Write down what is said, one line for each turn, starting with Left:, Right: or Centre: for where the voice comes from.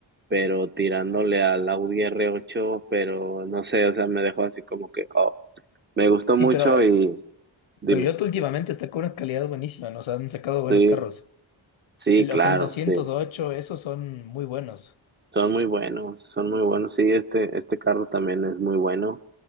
Right: pero tirándole al Audi r ocho, pero no sé, o sea, me dejó así como que, oh. Me gustó
Left: Sí,
Right: mucho
Left: pero
Right: y dime,
Left: Toyota últimamente está con una calidad buenísima. Nos han sacado buenos
Right: sí,
Left: carros.
Right: sí,
Left: El,
Right: claro,
Left: o sea, el 208
Right: sí,
Left: esos son muy buenos.
Right: son muy buenos, son muy buenos, sí, este, este carro también es muy bueno.